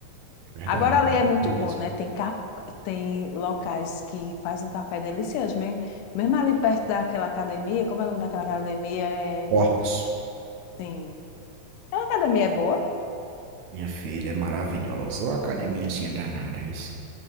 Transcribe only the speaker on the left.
Agora
ali é
muito
bom, né? Tem, ca- tem locais que fazem um café delicioso. Mesmo, mesmo ali perto daquela academia, como é o nome daquela academia? É,
sim. Aquela academia é boa.